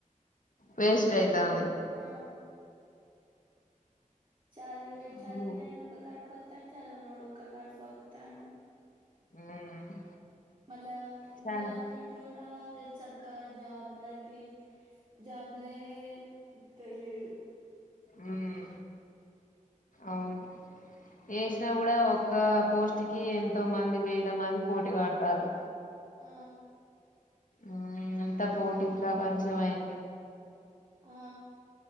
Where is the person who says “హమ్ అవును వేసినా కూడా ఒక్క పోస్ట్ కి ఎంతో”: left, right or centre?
Left